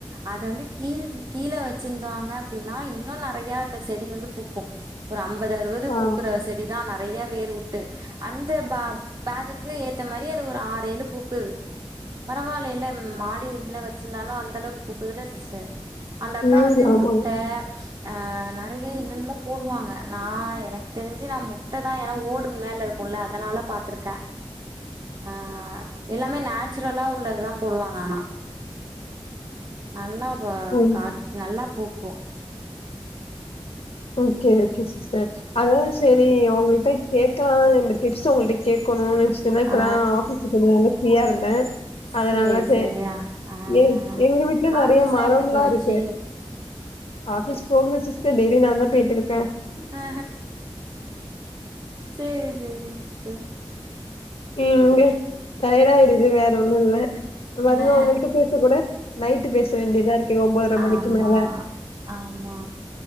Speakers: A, on the right; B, on the left.
A: அது வந்து கீழ் கீழ வெச்சிருந்தாங்க அப்டின்னா இன்னு நெறையா அந்த செடி வந்து பூக்கு ஒரு அம்பது அறுவது
B: ஆ
A: பூக்குற செடி தா நெறையா வேர் உட்டு அந்த பா பேகுக்கு ஏத்த மாரி அது ஒரு ஆறேழு பூக்குது பரவாயில்லல மா ட்டு இதுல வச்சிருந்தாலும் அந்த அளவுக்கு பூக்குதுல சிஸ்டர் அந்த அக்கா
B: ம்
A: வந்து
B: ஆமா
A: முட்ட ஆ நிறைய என்னன்னமோ போடுவாங்க நா எனக்கு தெரிஞ்சி நா முட்ட தான் ஏனா ஓடுக்கு மேல இருக்கும் உள்ள அதனால பாத்துருக்க ஆ எல்லாமே நேச்சுரலா உள்ளதுதான் போடுவாங்க ஆனா நல்லா வ
B: ம்
A: கா நல்லா பூக்கும்
B: ஓகே ஓகே சிஸ்டர் அதான் சேரி உங்ககிட்ட கேக்கலாம் இந்த டிப்ஸ் உங்கள்ட்ட கேக்கணும்னு நினைச்சிட்டு இருந்த இப்பதான்
A: ஆ
B: ஆபீஸ் போய்ட்டு வந்து நா ஃப்ரீயா இருந்த அதனால
A: சேரி
B: செ
A: சேரியா ஆ
B: எ
A: ஆ
B: எங்க வீட்டுல நிறைய
A: ஆஃபீஸ்லா
B: மரம்ல்லா
A: எப்டி போனுச்சு
B: இருக்கு ஆஃபிஸ் போகனும் சிஸ்டர் டெய்லி நா தான் பேய்ட்டு இருக்க
A: ஆ சேரி சேரி சிஸ்டர்
B: எங்க டயடாய்டுது வேற ஒன்னு இல்ல வருவ
A: ஆ
B: உங்கள்ட்ட பேச கூட நைட்டு பேச வேண்டியதா இருக்கு ஒன்பதரை மணிக்கு
A: ஆமா
B: மேல
A: ஆமா